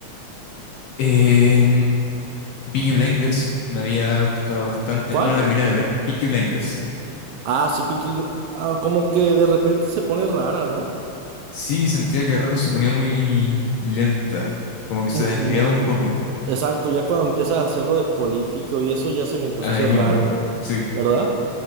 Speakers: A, on the left; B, on the right.
A: Eh, Peaky Blinders me había gustado bastante,
B: ¿Cuál?
A: no lo terminé de ver, Peaky Blinders.
B: Ah, sí, Peaky Bl- ah, como que de repente se pone rara, ¿no?
A: Sí, sentía que de rato se ponía muy lenta, como que se
B: Ujú.
A: desviaba un poco,
B: Exacto, ya cuando empiezas a hacerlo de político y eso ya se me empezó
A: ahí
B: a hacer
A: mismo,
B: raro,
A: sí.
B: ¿verdad?